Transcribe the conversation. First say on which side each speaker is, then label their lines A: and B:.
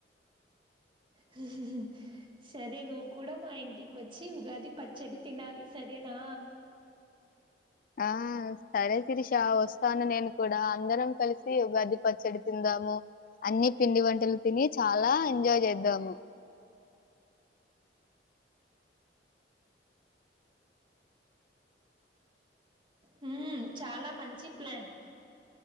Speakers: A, on the right; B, on the left.
A: హుహు సరే నువ్వు కూడా మా ఇంటికి వ పచ్చి ఉగాది పచ్చడి తినాలి సరేనా
B: ఆ సరే త్రిష వస్తాను నేను కూడా అందరం కలిసి ఉగాది పచ్చడి తిందాము అన్ని పిండి వంటలు తిని చాలా ఎంజాయ్ చేద్దాము
A: హ చాలా మంచి ప్లాన్